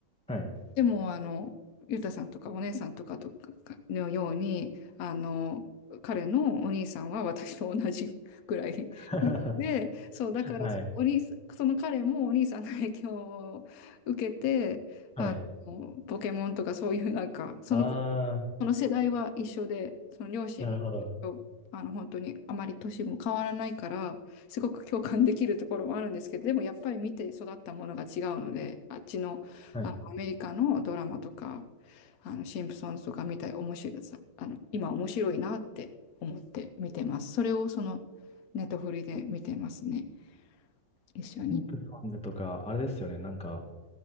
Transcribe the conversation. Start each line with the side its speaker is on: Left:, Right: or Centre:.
Centre: はい、
Left: でも、あの、ゆうたさんとかお姉さんとかとかのように、あの、彼のお兄さんは私と同じくらい
Centre: <laughs>
Left: なので、そう、だから、
Centre: はい、
Left: お兄さん、その彼もお兄さんの影響を受けて、
Centre: <laughs> はい。
Left: あの、ポケモンとかそういうなんか、その
Centre: ああ、
Left: その世代は一緒で、その両親も、
Centre: なるほど。
Left: あの、本当にあまり年も変わらないから、すごく共感できるところもあるんですけど、でもやっぱり見て育ったものが違うので、あっちの、
Centre: はい。
Left: あのアメリカのドラマとか、あの、シンプソンズとか見たり、面白い、さあの、今面白いなって思って見てます。それをその、ネットフリで見てますね。一緒に。
Centre: シンプソンズとか、あれですよね、なんか、